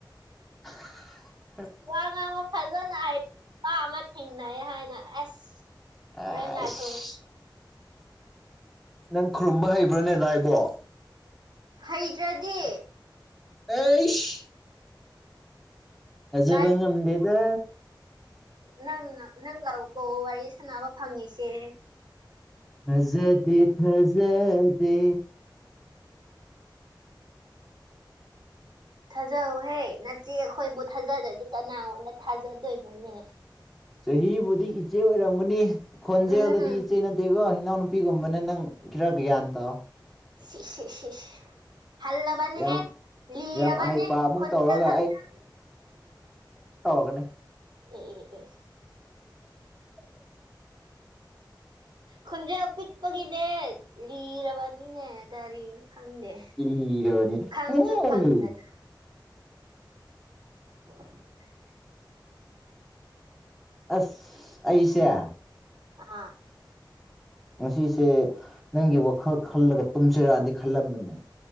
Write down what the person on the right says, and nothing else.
ꯋꯥ ꯉꯥꯡꯕ ꯐꯖꯅ ꯍꯥꯏ ꯋꯥ ꯑꯃ ꯊꯦꯡꯅꯩ ꯍꯥꯏꯅ ꯑꯁ
ꯑꯣꯣꯔꯦꯟꯅ ꯂꯥꯏꯈꯔ
ꯍꯩꯇ꯭ꯔꯗꯤ
ꯂꯥꯏ
ꯅꯪ ꯅꯪꯔꯀ ꯋꯥꯔꯤ ꯁꯥꯟꯅꯕ ꯐꯪꯉꯁꯦ
ꯊꯥꯖꯍꯧꯍꯦ ꯅꯆꯦ ꯑꯩꯈꯣꯏꯕꯨ ꯊꯥꯖꯗ꯭ꯔꯗꯤ ꯀꯅꯥꯉꯣꯟꯗ ꯊꯥꯖꯗꯣꯏꯅꯣꯅꯦ
ꯎꯝ
ꯁꯤ ꯁꯤ ꯁꯤ ꯍꯜꯂꯕꯅꯦꯍꯦ
ꯂꯤꯔꯕꯅꯦ
ꯈꯣꯟꯖ
ꯈꯛꯇ
ꯑꯦ ꯑꯦ
ꯈꯣꯟꯖꯦꯟ ꯄꯤꯛꯄꯒꯤꯅꯦ ꯂꯤꯔꯕꯅꯤꯅꯦ ꯀꯔꯤꯅꯣ ꯈꯪꯗꯦ
ꯈꯪꯁꯨ
ꯈꯪꯗꯅ <unintelligible>
ꯑꯥ